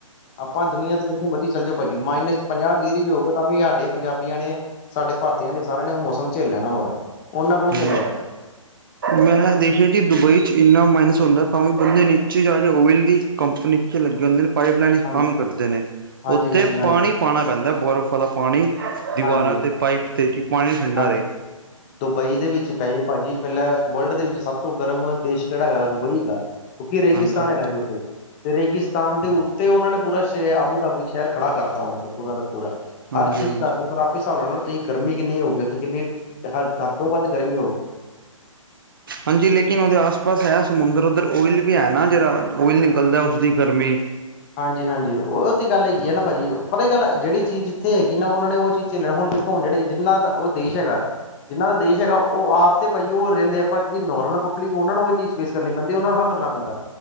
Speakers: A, on the left; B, on the right.
A: ਆਪਾਂ ਦੁਨੀਆਂ ਦੇ ਜਿੱਥੇ ਮਰਜ਼ੀ ਚੱਲੇ ਜਾਓ ਪਾਅਜੀ ਮਾਈਨਸ ਪੰਜਾਹ ਡਿਗਰੀ ਵੀ ਹੋਵੇ ਤਾਂ ਵੀ ਹਾਡੇ ਪੰਜਾਬੀਆਂ ਨੇ ਸਾਡੇ ਭਾਰਤੀਆਂ ਨੇ ਸਾਰਿਆਂ ਨੇ ਓ ਮੌਸਮ ਝੈਲ ਲੈਣਾ ਓ ਵਾਲਾ ਓਨਾਂ ਕੋਲ ਨੀ
B: ਹਾਂਜੀ
A: ਝਲਾਆ ਜਾਣਾ
B: ਮੈਂ ਦੇਖਿਆ ਜੀ ਦੁਬਈ ਚ ਇੰਨਾ ਮਾਈਨਸ ਹੁੰਦਾ ਤਾਂ ਵੀ ਬੰਦੇ ਨੀਚੇ ਜਾ ਕੇ ਓਵਲ ਦੀ ਕੰਪਨੀ ਲੱਗੇ ਹੁੰਦੇ ਨੇ ਪਾਈਪ ਲਾਈਨ ਵਿੱਚ
A: ਹਾਂ
B: ਕੰਮ ਕਰਦੇ ਨੇ
A: ਹਾਂਜੀ
B: ਉੱਥੇ
A: ਹਾਂਜੀ ਹਾਂਜੀ
B: ਪਾਣੀ ਪਾਣਾ ਪੈਂਦਾ ਬਰਫ਼ ਆਲਾ ਪਾਨੀ ਦੀਵਾਰਾਂ
A: ਹਾਂਜੀ
B: ਤੇ ਪਾਈਪ ਤੇ ਕੀ ਪਾਨੀ ਠੰਡਾ
A: ਹਾਂ
B: ਰਏ
A: ਦੁਬਈ ਦੇ ਵਿੱਚ ਪੈਹੇ ਭਾਜੀ ਪੈਲਾਂ ਵਰਲਡ ਦੇ ਵਿੱਚ ਸਭ ਤੋਂ ਗਰਮ ਦੇਸ਼ ਕੇੜਾ ਹੈਗਾ ਦੁਬਈ ਏਗਾ ਕਿਉਕੀ ਰੇਗਿਸਤਾਨ
B: ਹਾਂਜੀ
A: ਹੈਗਾ ਜੀ ਓਥੇ ਤੇ ਰੇਗਿਸਤਾਨ ਦੇ ਉੱਤੇ ਉਨਾਂ ਨੇ ਪੂਰਾ ਸ਼ੇ ਆਬੂ ਦਾਬੂ ਸ਼ੈਰ ਖੜਾ ਕਰਤਾ ਉਨਾਂ ਨੇ ਪੂਰਾ ਦਾ ਪੂਰਾ
B: ਹਾਂਜੀ
A: ਹਰ ਚੀਜ਼
B: ਹਾਂਜੀ
A: ਕਰਦੀ ਪਰ ਆਪੇ ਸਾਬ ਲਾ ਲੋ ਨਹੀਂ ਤੁਸੀਂ ਗਰਮੀ ਕਿੰਨੀ ਹੋ ਗਈ ਉਥੇ ਕਿੰਨੀ ਹੱਦ ਤੋ ਵੱਧ ਗਰਮੀ ਹੋ ਗਈ
B: ਹਾਂਜੀ ਲੇਕਿਨ ਉਹਦੇ ਆਸ ਪਾਸ ਹੈ ਸਮੁੰਦਰ ਉਧਰ ਓਇਲ ਵੀ ਹੈ ਨਾ ਜਿਹੜਾ ਓਇਲ ਨਿਕਲਦਾ ਉਸਦੀ ਗਰਮੀ
A: ਹਾਂਜੀ ਹਾਂਜੀ ਉਹ ਤੇ ਗੱਲ ਹੈਗੀ ਨਾ ਪਾਜੀ ਪਤਾ ਕੀ ਗੱਲ ਏ ਜਿਹੜੀ ਚੀਜ਼ ਜਿੱਥੇ ਹੈਗੀ ਨਾ ਉਹਨਾਂ ਨੇ ਉਹ ਚੀਜ਼ ਚੱਲਣ ਹੁਣ ਹੁਣ ਜਿਹੜੇ ਜਿੰਨਾ ਦਾ ਉਹ ਦੇਸ਼ ਹੈਗਾ ਜਿਹਨਾਂ ਦਾ ਦੇਸ਼ ਹੈਗਾ ਉਹ ਆਪ ਤੇ ਭਾਜੀ ਉਹ ਰਹਿੰਦੇ ਆਪਾਂ ਜਿਹੜੀ ਨੋਰਮਲ ਪਬਲਿਕ ਉਹਨਾਂ ਨੂੰ ਉਹ ਚੀਜ਼ ਫੇਸ ਕਰਨੀ ਪੈਂਦੀ ਉਹਨਾਂ ਨੂੰ ਕਰਨਾ ਪੈਂਦਾ